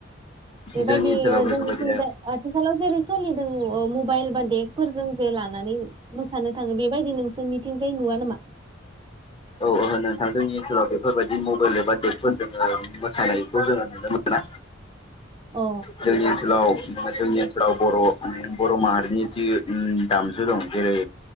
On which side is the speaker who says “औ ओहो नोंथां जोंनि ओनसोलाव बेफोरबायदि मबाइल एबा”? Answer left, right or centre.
Left